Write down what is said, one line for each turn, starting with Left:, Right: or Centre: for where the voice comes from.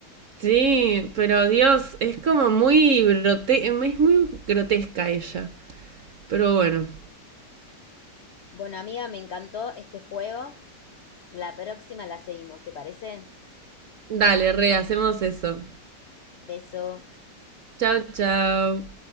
Right: Sí, pero Dios, es como muy grote, es muy grotesca ella. Pero bueno,
Left: Bueno, amiga, me encantó este juego. La próxima la seguimos, ¿te parece?
Right: dale, re, hacemos eso.
Left: Beso.
Right: Chao, chao.